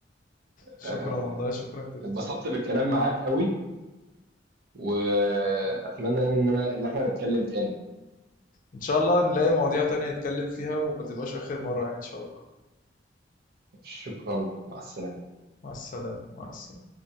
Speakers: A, on the left; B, on the right.
A: شكرا
B: آه،
A: والله شكرا جدا
B: اتبسطت بالكلام معاك قوي واتمنى يعني ان انا ان احنا نتكلم تاني
A: ان شاء الله نلاقي مواضيع تانية نتكلم فيها وما تبقاش اخر مرة يعني ان شاء الله
B: شكرا مع السلامة
A: مع السلامة مع السلامة